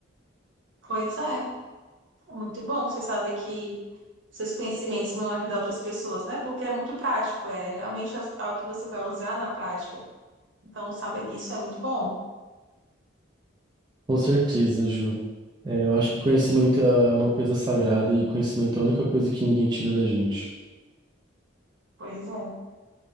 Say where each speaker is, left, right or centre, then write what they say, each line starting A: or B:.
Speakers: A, on the right; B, on the right.
A: pois é, é muito bom você saber que seus conhecimentos vão ajudar outras pessoas, né? Porque é muito prático, é realmente é algo que você vai usar na prática. Então, saber disso é muito bom.
B: Com certeza, Ju. É, eu acho que conhecimento é uma coisa sagrada e conhecimento é a única coisa que ninguém tira da gente.
A: Pois é.